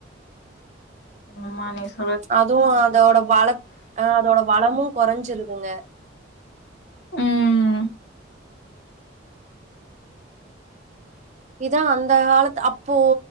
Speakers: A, on the left; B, on the right.
A: அம்மா நீஸ் <unintelligible>
B: அதுவு அதோட வளத் அ அதோட வளமு கொறஞ்சிருதுங்க
A: ம்
B: இதா அந்த காலத் அப்போ